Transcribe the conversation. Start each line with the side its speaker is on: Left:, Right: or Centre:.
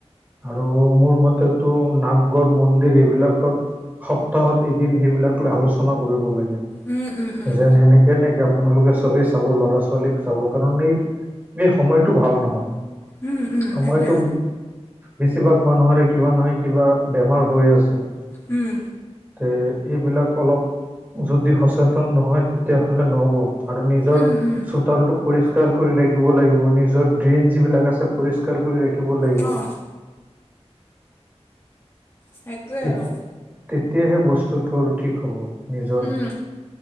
Right: আৰু মোৰ মতেতো নামঘৰ, মন্দিৰ, এইবিলাকত সপ্তাহত এদিন সেইবিলাক লৈ আলোচনা কৰিব লাগে।
Left: উম, উম, উম,
Right: যেন এনেকে এ নেকি আপোনালোকে চবেই চাব ল'ৰা ছোৱালীক চাব কাৰণে, এই-এই সময়তটো ভাল নহয়।
Left: উম, উম,
Right: সময়তো,
Left: সেইটোৱে।
Right: বেছিভাগ মানুহৰে কিবা নহয় কিবা বেমাৰ হৈ আছে।
Left: উম।
Right: তে, এইবিলাক অলপ যদি সচেতন নহয় তেতিয়াহলে নহ'ব আৰু নিজৰ
Left: উম, উম,
Right: চোতালতো' পৰিষ্কাৰ কৰি ৰাখিব লাগিব, নিজৰ ড্ৰীম যিবিলাক আছে পৰিষ্কাৰ কৰি ৰাখিব লাগিব।
Left: অ', সেইটোৱে
Right: তে
Left: আৰু।
Right: তেতিয়াহে বস্তুটো আৰু ঠিক হ'ব। নিজৰ
Left: উম,